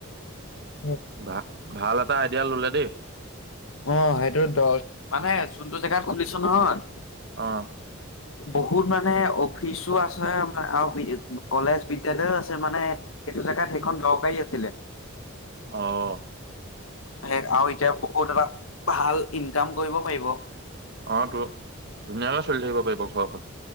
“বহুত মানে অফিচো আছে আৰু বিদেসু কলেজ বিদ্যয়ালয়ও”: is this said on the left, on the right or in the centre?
Left